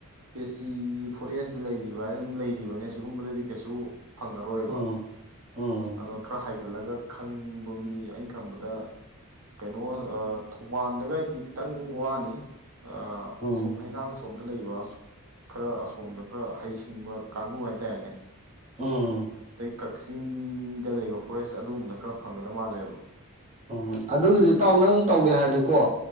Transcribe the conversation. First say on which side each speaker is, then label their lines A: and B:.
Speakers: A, on the right; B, on the right.
A: ꯄꯦꯆꯤꯒꯤ ꯐꯣꯔꯦꯁ ꯂꯩꯔꯤꯕ ꯑꯗꯨꯝ ꯂꯩꯔꯤꯕꯅꯦ ꯁꯤꯒꯨꯝꯕꯗꯗꯤ ꯀꯩꯁꯨ ꯐꯪꯉꯔꯣꯏꯕ
B: ꯎꯝ ꯎꯝ
A: ꯑꯗꯣ ꯈꯔ ꯍꯥꯏꯒꯠꯂꯒ ꯈꯪ ꯍꯪꯕ ꯃꯤ ꯑꯩ ꯈꯟꯕꯗ ꯀꯩꯅꯣ ꯑ ꯊꯧꯕꯥꯜꯗꯒꯥꯏꯗꯤ ꯈꯤꯇꯪ ꯋꯥꯅꯤ ꯑ
B: ꯎꯝ
A: ꯑꯁꯨꯝ ꯍꯩꯉꯥꯡ ꯑꯁꯣꯝꯗ ꯂꯩꯕ ꯈꯔ ꯑꯁꯣꯝꯗ ꯈꯔ ꯍꯩꯁꯤꯡꯕ ꯀꯥꯡꯕꯨ ꯍꯥꯏꯇꯥꯔꯦꯅꯦ
B: ꯎꯝ
A: ꯑꯗꯩ ꯀꯛꯆꯤꯡꯗ ꯂꯩꯕ ꯐꯣꯔꯦꯁ ꯑꯗꯨꯒꯨꯝꯕꯗ ꯈꯔ ꯐꯪꯒꯗꯕ ꯃꯥꯜꯂꯦꯕ
B: ꯎꯝ ꯑꯗꯨꯒꯤꯗꯤ ꯏꯇꯥꯎ ꯅꯪ ꯇꯧꯒꯦ ꯍꯥꯏꯔꯗꯤꯀꯣ